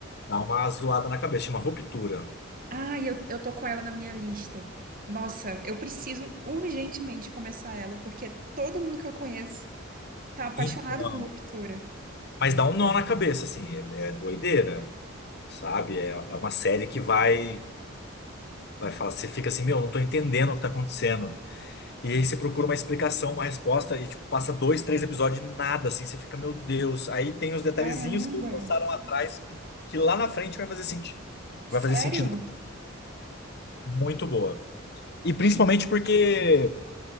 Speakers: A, on the left; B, on the right.
A: dá uma zoada na cabeça, chama Ruptura.
B: Ah, eu, eu tô com ela na minha lista. Nossa, eu preciso urgentemente começar ela, porque todo mundo que eu conheço tá apaixonado
A: Então.
B: por Ruptura.
A: Mas dá um nó na cabeça, assim, é, é doideira, sabe? É, é uma série que vai, vai falar, você fica assim, meu, não tô entendendo o que tá acontecendo. E aí você procura uma explicação, uma resposta, e tipo, passa dois, três episódios e nada, assim, você fica, meu Deus. Aí tem os detalhezinhos
B: Caramba,
A: que eles lançaram atrás, que, que lá na frente vai fazer sentido.
B: sério?
A: Vai fazer sentido. Muito boa. E principalmente porque